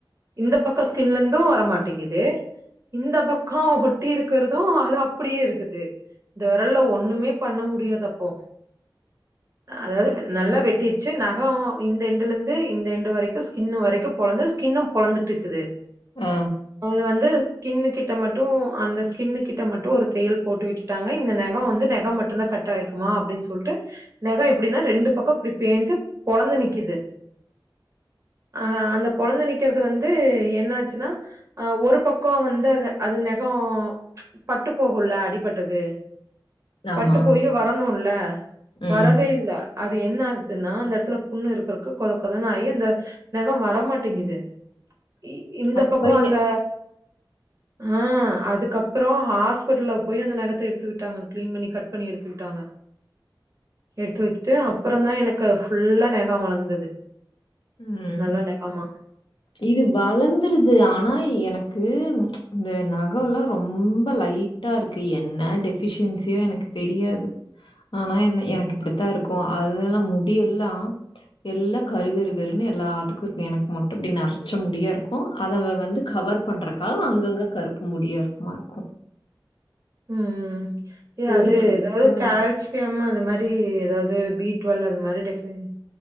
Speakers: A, on the right; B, on the left.
A: இந்த பக்க ஸ்கின்ல இருந்தும் வரமாட்டேங்குது இந்த பக்கொம் ஒட்டி இருக்கிறதும் அது அப்படியே இருக்குது இந்த விரல்ல ஒண்ணுமே பண்ண முடியாது அப்போ அதாவது நல்லா வெட்டிச்சு நகொம் இந்த எண்டுல இந்து இந்த எண்டு வரைக்கும் ஸ்கின் வரைக்கும் பொழந்து ஸ்கின்னும் பொழந்துட்டு இருக்குது
B: ஆ
A: அது வந்து ஸ்கின் கிட்ட மட்டும் அந்த ஸ்கின் கிட்ட மட்டும் ஒரு தையல் போட்டு விட்டு ட்டாங்க இந்த நெகம் வந்து நெகம் மட்டு்தான் கட் ஆயிருக்குமா அப்படின் சொல்ட்டு நெகோ எப்படின்னா ரெண்டு பக்கோ இப்டி பேந்து பொளந்து நிக்கிது ஆ அந்த பொளந்து நிக்கிறது வந்து என்ன ஆச்சுன்னா அ ஒரு பக்க வந்து அது அது நெகோ பட்டுப்போகுல்ல அடிபட்டது
B: ஆமா.
A: பட்டு போயி வரணுல்ல
B: ம்.
A: வரவே இல்ல அது என்ன ஆகுதுன்னா அந்தெடத்துல புண்ணு இருக்கிறக்கு கொத கொதன் ஆயி அந்த நெகோ வரமாட்டேங்கிது இ இந்த
B: அப்புறம்
A: பக்கோ அந்த ஆ அதுக்கப்புறோ ஹாஸ்பிட்ல்ல போயி அந்த நகத்த எடுத்து விட்டாங்க க்ளீன் பண்ணி கட் பண்ணி எடுத்து விட்டாங்க எடுத்து விட்டு அப்பறந்தா எனக்கு ஃபுல்லா நெ கோ வளந்தது
B: ம்.
A: நல்லா நெகமா
B: இது வளந்துருது ஆனா எனக்கு இந்த நகொல்லா ரொம்ப லை டா இருக்கு என்ன டெஃபிஷியன்சியோ எனக்கு தெரியாது ஆனா என்ன எனக்கு இப்படித்தா இருக்கு அதல முடி எல்லா எல்லா கருகரு கருன்னு எல்லாத்துக்குருக்கு எனக்கு மட்டு இப்டி நெரச்ச முடியா இருக்கு அத வ வந்து கவர் பண்றக்காக அங்கங்க கருப்பு முடியா இருக்குமா இருக்கு
A: ம் இத்
B: போய்
A: அது
B: செக்
A: எதாவ்து
B: பண்ணணும்
A: கால் சியம் அது மாரி எதாவ்து பீ ட்வெல் அது மாரி டெஃபிசியன்